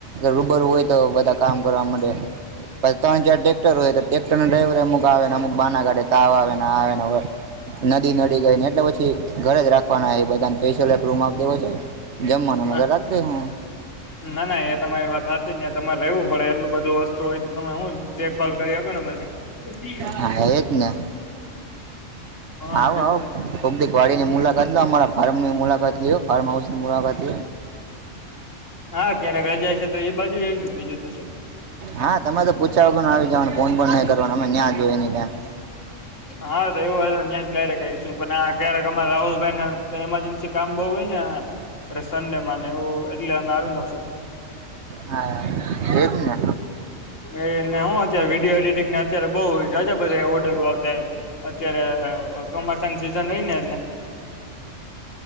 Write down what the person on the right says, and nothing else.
રૂબરુ હોય તો બધા કામ કરવા માટેે ત્રણ ચાર ટ્રેક્ટર હોય તો ટ્રેક્ટર ના ડ્રાઈવર અમુક આવેને અમુક બાના કાડે તાવ આવે અને આવે હોય. નદી નડી ગઈ ને એટલે પછી ઘરે જ રાખવાના એ બધાને. નિસયલ એપ્રૂમ આપ દેવો છે જમવાનો
રાત્રે દે હું.
હા એજ ને
આવો
આવો
કોકી વાડીને મુલા ટલો અમારા ફાર્મની મુલાકાત લીયો ફાર્મ હાઉસની મુલાકાત.
હા તમે તો પૂછાવ કો આવી જવાનો ફોન પણ નઈં કરવાનો અમે ન્યાં જોયએ એની ટાઈમ.
હા એજને